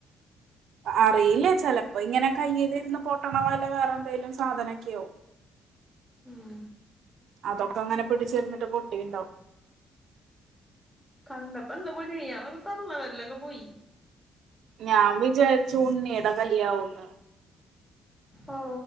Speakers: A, on the right; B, in the centre.
A: അറിയില്ലെ ചെലപ്പ ഇങ്ങനെ കയ്യിലിര്ന്ന് പോട്ടണ വാ വേറെന്തേലും സാധനക്കെയോ
B: ഉം
A: അതൊക്കങ്ങനെ പിടിച്ചരുന്നിട്ട് പൊട്ടീണ്ടാവും
B: കണ്ടപ്പന്തോ പോലെയി അ വ തള്ളവര്ലൊക്കെ പോയി
A: ഞാൻ വിചാരിച്ചു ഉണ്ണിയട <inaudible> വല്യാവൂന്ന്
B: ഓ